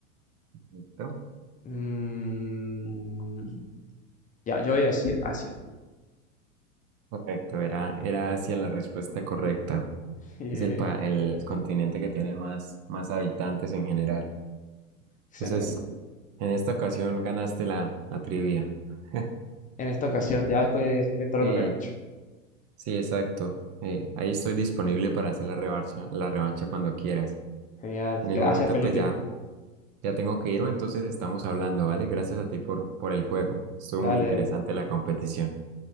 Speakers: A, on the right; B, on the left.
A: Correcto.
B: Mm, ya, yo voy a decir Asia.
A: Correcto, era, era Asia la respuesta correcta.
B: <laughs> Bien,
A: Es el, pa- el continente que tiene más, más habitantes en general.
B: Excelente.
A: Entonces, en esta ocasión ganaste la, la trivia. <laughs>
B: en esta ocasión, ya después dentro
A: Sí,
B: de la revancha.
A: sí, exacto. Eh, ahí estoy disponible para hacer la revancha, la revancha cuando quieras.
B: Genial,
A: En el
B: gracias
A: momento,
B: Felipe.
A: pues ya, ya tengo que irme, entonces estamos hablando, ¿vale? Gracias a ti por, por el juego. Estuvo
B: Dale,
A: muy interesante
B: dale.
A: la competición.